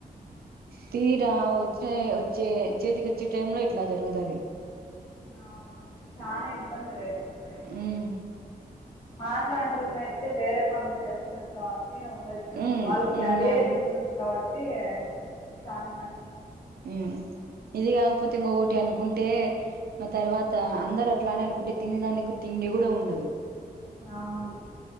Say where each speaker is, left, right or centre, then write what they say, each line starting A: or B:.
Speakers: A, on the right; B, on the left.
A: తీరా వచ్చే, వచ్చే చేతికోచ్చే టైమ్ లో ఇట్లా జరుగుతది.
B: అవును చానా ఇబ్బంది రైతుల్ కి.
A: ఉమ్
B: మాట్లా <unintelligible> అయితే వేరే పనులు చేస్తున్నార్ కా. <unintelligible> టి ఉండొచ్చు.
A: ఉమ్
B: వాళ్ళకి
A: ఇంగ
B: అదే జీవనం కాబట్టి చాలా నష్టం.
A: ఉమ్మ్ ఇది కాకపోతే ఇంగోటి అనుకుంటే, ఆ తర్వాత అందరు అట్లా అనే అనుకుంటే తినేదానికి, తిండి గుడా ఉండదు.
B: అవును,